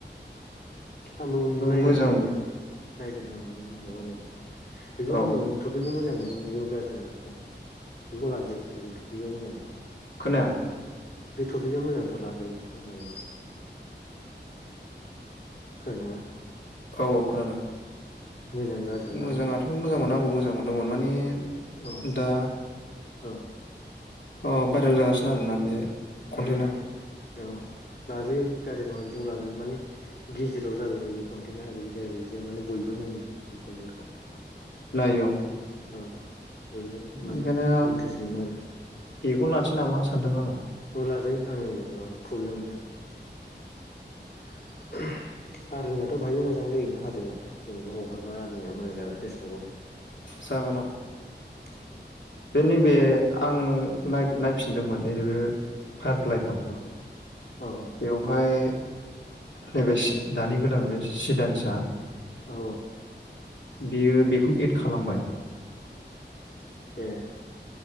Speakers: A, on the left; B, on the left.
A: आंबो नायदों
B: मोजां
A: नायनायानो नायदों आं हगारनायखौ बेखौ
B: औ
A: आंबो थटपिकखौ मोजां मोन <unintelligible> बेखौ लाजायो थ थपिकआ मोजांथ'
B: खोनाया
A: बे टपिकआ मोजांथ' लाजायो बेखौ लायोबा थागोनना
B: औ खोनादों
A: मोजां गाज्रि मोनाखै
B: मोजाङाथ'
A: आं बेखौ
B: मोजांमोन
A: जेन
B: आंबो मोजां मोनदोंमोन माने
A: औ
B: ने दा
A: औ
B: अ भाइरेल जागासिनो आरोना बे कन्टेन्टआ
A: ओ ओ औ लाजायो गार्जि नङा बिदिनो लान माने गेजेराव जाबाय जायो बे कनटेन्टा ओरैबो जाया ओरै जाया माने बयबो नायो बे कनटेन्टखौ
B: नायो औ
A: औ बयबो माने
B: ओंखायनो
A: इन्ट्रेस्ट मोनो आरो
B: बेखौनो लानोसै नामा सानदों आङो
A: लाजायो आंनि प्रब्लेम गैया आरिनिआथ' बाहायबो मोजां जायोना आरनिंआथ' जेनेबा हगारबा आरनिङआ मोजां जागोन फेसबुकआव
B: जागोन
A: औ
B: बे नैबे आं नाय नायफिनदोंमोन रै बे फायारफ्लाइखौ
A: औ औ
B: बेवहाय नैबे दानि गोदान बे सिदानसा
A: औ
B: बेयो बेखौ एड खालामबाय
A: ए